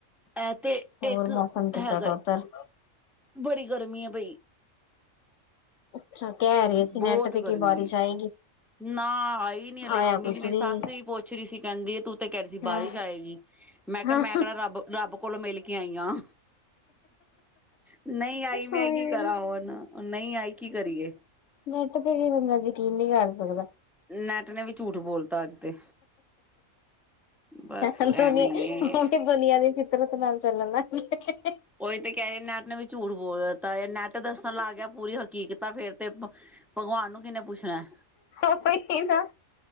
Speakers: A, in the centre; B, on the left.
A: ਇਹ ਤੇ
B: ਹੋਰ
A: ਇੱਕ
B: ਮੌਸਮ ਕਿੱਦਾਂ
A: ਹੈਗਾ।
B: ਦਾ ਉੱਧਰ
A: ਬੜੀ ਗਰਮੀ ਹੈ ਬਈ।
B: ਅੱਛਾ, ਕਹਿ ਰਹੇ ਸੀ ਨੈੱਟ
A: ਬਹੁਤ
B: ਤੇ
A: ਗਰਮੀ
B: ਕੀ ਬਾਰਿਸ਼
A: ਹੈ
B: ਆਏਗੀ।
A: ਨਾ, ਆਈ ਨੀ ਹਲੇ
B: ਆਇਆ
A: ਮੰਮੀ
B: ਕੁੱਝ
A: ਵੀ ਮੇਰੀ ਸੱਸ
B: ਨੀ
A: ਵੀ ਪੁੱਛ ਰਹੀ ਸੀ ਕਹਿੰਦੀ ਤੂੰ ਤੇ ਕਹਿ ਰਹੀ ਸੀ
B: ਹਾਂ
A: ਬਾਰਿਸ਼ ਆਏਗੀ ਮੈਂ ਕਿਹਾ
B: ਹਾਂ
A: ਮੈਂ ਕਿਹੜਾ ਰੱਬ-ਰੱਬ ਕੋਲੋਂ ਮਿਲ ਕੇ ਆਈ ਹਾਂ। ਨਹੀਂ ਆਈ ਮੈਂ
B: ਉਹੀ
A: ਕੀ ਕਰਾਂ ਹੁਣ ਉਹ ਨਹੀ ਆਈ ਕੀ ਕਰੀਏ?
B: ਨੈੱਟ ਤੇ ਵੀ ਬੰਦਾ ਯਕੀਨ ਨੀਂ ਕਰ ਸਕਦਾ।
A: ਨੈਟ ਨੇ ਵੀ ਝੂਠ। ਬੋਲਤਾ ਅੱਜ ਤੇ ਬਸ
B: ਅਲਦੁਨੀ
A: ਐਵੇਂ ਹੀ ਹੈ।
B: ਓਦੀ ਦੁਨੀਆਂ ਵੀ। ਤਿਲਕ ਨਾਲ ਚੱਲਣਾ ਨਾਂ। ਉਤੇ ਕੇ
A: ਉਹੀ ਤੇ ਕਹਿ ਰਹੇ, ਨੈੱਟ ਵੀ ਝੂਠ ਬੋਲ ਦਿੱਤਾ ਨੈੱਟ ਦੱਸਣ ਲੱਗ ਗਿਆ। ਪੂਰੀ ਹਕੀਕਤ ਆ ਫੇਰ ਤੇ ਭਗਵਾਨ ਨੂੰ ਕਿਨੇ ਪੁੱਛਣਾ।
B: ਉਹੀ ਨਾ